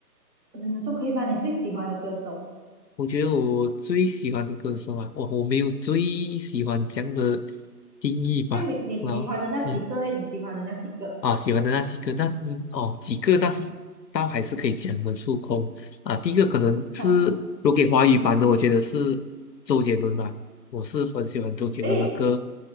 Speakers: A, on the right; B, on the left.
A: 嗯，都可以吧。你最喜欢的歌手，
B: 我觉得我最喜欢的歌手啊，我我没有最喜欢这样的定义吧。
A: 像你你喜欢的那几个诶，
B: 然后，嗯。
A: 你喜欢的那几个。
B: 啊，喜欢的那几个，那嗯哦，几个那是倒还是可以讲得出口啊。第一个可能是如果给华语版的，
A: <laughs>
B: 我觉得是周杰伦吧，我是很喜欢周杰伦的歌。
A: 诶，